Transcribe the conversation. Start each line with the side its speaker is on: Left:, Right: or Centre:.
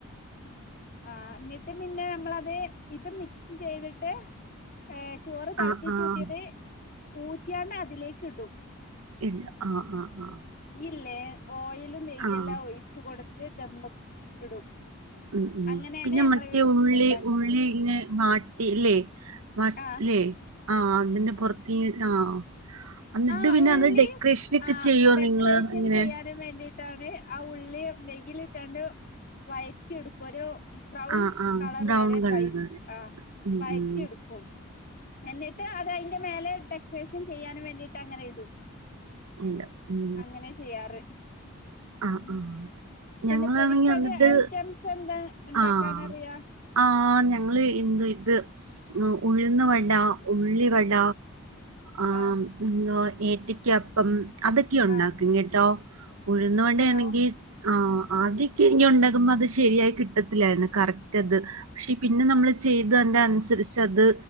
Left: ആഹ് എന്നിട്ട് പിന്നെ നമ്മളത് ഇത് മിക്സ് ചെയ്തിട്ട് ഏ ചോറ് തളപ്പിച്ചൂറ്റിയത്
Right: ആഹ് ആഹ്
Left: ഊറ്റിയാണ്ട് അതിലേക്ക് ഇടും.
Right: ഇല്ല ആഹ് ആഹ് ആഹ്
Left: ഇല്ലെ ഓയിലും നെയ്യെല്ലാം
Right: ആഹ്
Left: ഒഴിച്ച് കൊടു ത്ത് ദമ്മ് ഇടും.
Right: ഉം ഉം
Left: അങ്ങനെയാണ്
Right: പിന്നെ
Left: ഞങ്ങളെ
Right: മറ്റേ
Left: വീട്ടില്
Right: ഉള്ളി
Left: ഇണ്ടാക്കല്
Right: ഉള്ളി ഇങ്ങേ വാട്ടില്ലേ
Left: ആഹ്
Right: ല്ലേ ആഹ് അതിന്റെ പൊറത്ത്ങ്ങ ആഹ് എന്നിട്ട്
Left: ആ
Right: പിന്നെ
Left: ഉള്ളി
Right: അത് ഡെക്കറേഷനൊക്കെ
Left: ആ
Right: ചെയ്യോ
Left: ഡെക്കറേഷൻ
Right: നിങ്ങള് ഇങ്ങനെ
Left: ചെയ്യാനും വേണ്ടി ട്ടാണ് ആ ഉള്ളി നെയ്യ്ലിട്ടാണ്ട് വയറ്റി എടുക്കും ഒരു ബ്രൗൺ
Right: ആഹ് ആഹ്
Left: കളറ്
Right: ബ്രൗൺ
Left: വരെ
Right: കളറ്
Left: ബ്രയ് ആ
Right: ഉം
Left: വയറ്റി
Right: ഉം
Left: എടുക്കും എന്നിട്ട് അത് അയിന്റെ മേലെ ഡെക്കറേഷൻ ചെയ്യാനും വേണ്ടി ട്ടങ്ങനെ ഇടും
Right: ഇല്ല ഉം
Left: അങ്ങനെ ചെയ്യാറ്
Right: ആഹ്
Left: ഉം
Right: ആഹ്
Left: പിന്നെ
Right: ഞങ്ങളാണെങ്കി
Left: പൊരിക്കടി
Right: എന്നിട്ട്
Left: ഐറ്റംസ് എന്താ ഇണ്ടാക്കാനറിയാ
Right: ആഹ് ആഹ് ഞങ്ങള് ന്ത് ഇത് ഉഴുന്ന് വട, ഉള്ളിവട ആമ്മ്
Left: ആഹ്
Right: <unintelligible> ഏത്തക്ക പ്പം അതൊക്കെ ഒണ്ടാക്കും
Left: ആഹ്
Right: കേട്ടോ ഉഴുന്നു വട
Left: ആണോ
Right: ആണങ്കി ആഹ് ആദ്യക്കെ എനിക്ക്‌ ഒണ്ടകുമ്പോ അത് ശരിയായി കിട്ടത്തില്ലായിരുന്നു കറക്റ്റ് അത് പക്ഷേ പിന്നെ നമ്മള് ചെയ്തന്റെ അനുസരിച്ച് അത്